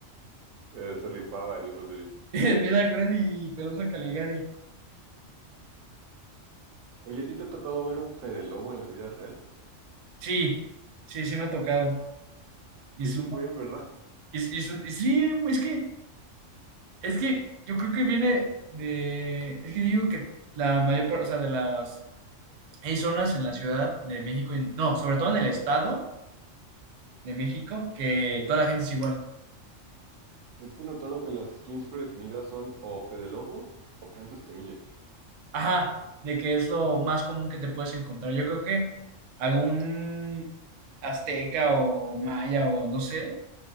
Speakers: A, on the right (about 80°); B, on the right (about 70°).
A: Eh, se rifaba en esa serie.
B: <laughs> Vida cruel y Pelusa Caligari.
A: Oye, ¿a ti te ha tocado ver un Fede Lobo en la vida real?
B: Sí, sí, sí me ha tocado. Y
A: Sí,
B: es
A: Hay
B: un-
A: un buen, ¿verdad? <laughs>
B: y es- y es un- y sí, es que, es que yo creo que viene de, es que digo que la mayor parte, o sea, de las, hay zonas en la Ciudad de México, en- no, sobre todo en el Estado de México, que toda la gente es igual.
A: Es que he notado que las skins predefinidas son o Fede Lobo o Franco Escamilla.
B: Ajá, de que es lo más común que te puedes encontrar. Yo creo que algún azteca o maya o no sé,